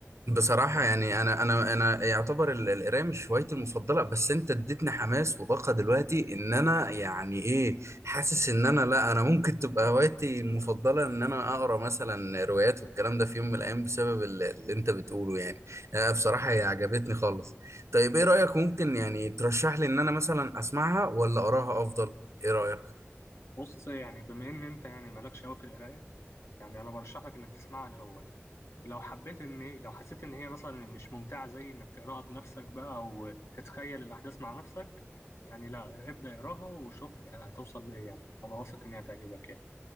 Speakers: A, on the right; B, on the left.
A: بصراحة يعني أنا أنا أنا يعتبر ال- القراية مش هوايتي المفضلة بس أنت اديتني حماس وطاقة دلوقتي إن أنا يعني إيه حاسس إن أنا لا أنا ممكن تبقى هوايتي المفضلة إن أنا أقرأ مثلا روايات والكلام ده في يوم من الأيام بسبب ال- اللي أنت بتقوله يعني آه، بصراحة هي عجبتني خالص طيب إيه رأيك ممكن يعني ترشح لي إن أنا مثلا أسمعها ولا أقراها أفضل؟ إيه رأيك؟
B: بص يعني بما إن أنت يعني مالكش أوي في القراية يعني انا برشح لك انك تسمعها الاول لو حبيت ان لو حسيت ان هي مثلا مش ممتعه زي انك تقراها بنفسك بقى وتتخيل الاحداث مع نفسك يعني لا ابدا اقراها وشوف هتوصل لايه يعني انا واثق انها هتعجبك يعني